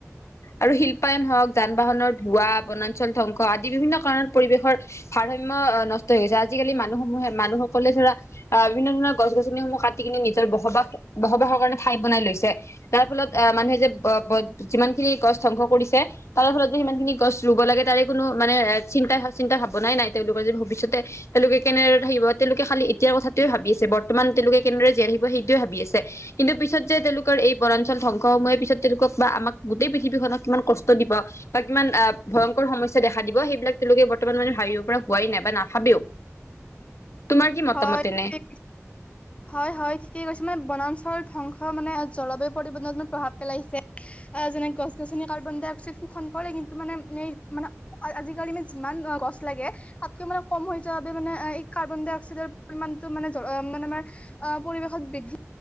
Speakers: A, on the left (about 65°); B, on the left (about 25°).
A: আৰু শিল্পায়ন হওক, যান বাহনৰ ধোৱা, বনাঞ্চল ধ্ববংস, আদি বিভিন্ন কাৰণত পৰিবেশ ভাৰসাম্য নষ্টছে আজিকালি মানুহ সমূহে মানুহসকলে ধৰা অ বিভিন্ন ধৰণৰ গছ গছনিসমূহ কাটি কিনে নিজৰ বসবাস বসবাহৰ কাৰণে ঠাই বনাই লৈছে। তাৰ ফলত আহ মানুহে যে যিমান খিনি গছ ধ্বংস কৰিছে তাৰ ফলত যে সিমান খিনি গছ ৰুব লাগে, তাৰে কোনো মানে চিন্তা চিন্তা ভাৱনাই নাই, তেওঁলোকৰ যে ভৱিষ্যতে তেওঁলোকে কেনেদৰে থাকিব। তেওঁলোকে খালি এতিয়া কথাটোয়ে ভাবি আছে, বৰ্তমান তেওঁলোকে কেনেদৰে জীয়াই সেইটোয়ে ভাবি আছে। কিন্তু যে তেওঁলোকে এই বনাঞ্চল ধ্বংসসমূহৰ পিছত তেওঁলোকক বা আমাক গোটেই পৃথিৱীখনক কিমান কষ্ট দিব বা কিমান আ- ভয়ংকৰ সমস্যা দেখা দিব, সেইবিলাক তেওঁলোকে বৰ্তমান মানে ভাবিব পৰা হোৱাই নাই বা নাভাবেও। <unintelligible> মতামত
B: হয়
A: এনে
B: ঠিকে হয় হয় ঠিকে কৈছে মানে বনাঞ্চল ধংস স মানে জলবায়ু পৰিবৰ্তণত ম প্ৰভাৱ পেলাইছে। আহ যেনে গছ গছনি কাৰ্বন ডাই অক্সাইড শোষণ কৰে, কিন্তু মানে মানে আজিকালি মান যিমান গছ লাগে, তাতকৈ মানে কম হৈ যোৱাৰ বাবে এই কাৰ্বন দাই অক্সাইড অক্সিজেন পৰিমাণটো মানে মানে আমাৰ অহ পৰিৱেশত বৃদ্ধি